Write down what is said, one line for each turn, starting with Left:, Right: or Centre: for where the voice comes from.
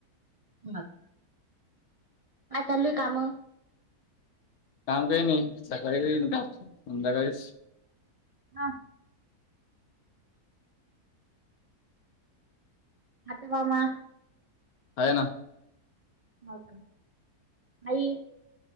Right: <inaudible> काय चालय काम?
Left: काम काही नाही सकाळी काही काम संध्याकाळी.
Right: हा. आती, मामा.
Left: आहे ना.
Right: हो का. आई